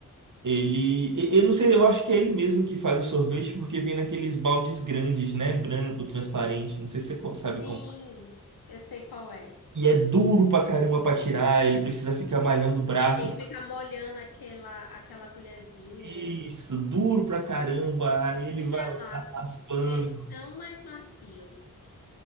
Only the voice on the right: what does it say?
Ele, e- eu não sei, eu acho que é ele mesmo que faz o sorvete porque vem naqueles baldes grandes, né? Branco, transparente, não sei se você co- sabe
como. é.
E é duro pra caramba pra tirar, ele precisa ficar malhando o braço.
Isso, duro pra caramba. Aí ele
vai
lá raspando.